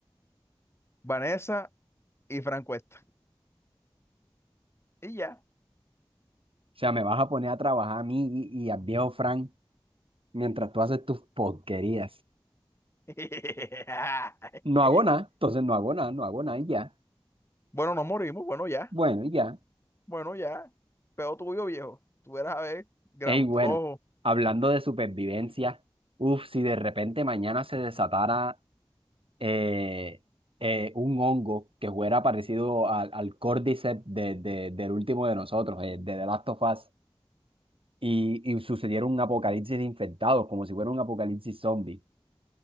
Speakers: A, on the left (about 25°); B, on the right (about 70°).
A: Vanessa y Franco Cuesta. Y ya.
B: sea, me vas a poner a trabajar a mí y, y al viejo Frank. mientras tú haces tus porquerías.
A: <laughs>
B: No hago nada, entonces no hago nada, no hago nada y ya.
A: Bueno, nos morimos. Bueno, ya.
B: Bueno, y ya.
A: Bueno, ya. Peor tuyo, viejo. Tú eras a ver, gran
B: Ey, bueno,
A: flojo.
B: hablando de supervivencia, uff, si de repente mañana se desatara eh, eh, un hongo que fuera parecido al, al Cordyceps de, de- del último de nosotros, eh, de The Last of Us, y, y sucediera un apocalipsis de infectados, como si fuera un apocalipsis zombie.